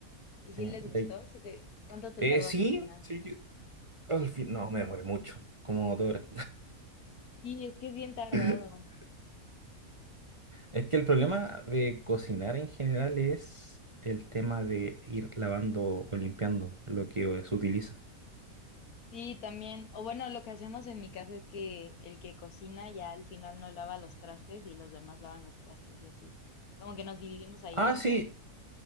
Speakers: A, on the left; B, on the right.
A: ¿Y
B: Sí,
A: si les
B: y
A: gustó?
B: ahí-
A: ¿Si te... ¿Cuánto te
B: eh,
A: tardaste
B: sí,
A: al final?
B: sí, que- al fin, no, me demoré mucho, como dos horas.
A: Sí, es que es bien tardado.
B: <laughs> Es que el problema de cocinar en general es el tema de ir lavando o limpiando lo que eh, se utiliza.
A: Sí, también. O bueno, lo que hacemos en mi casa es que el que cocina ya al final no lava los trastes y los demás lavan los trastes y así. Como que nos dividimos ahí
B: Ah,
A: eso.
B: sí,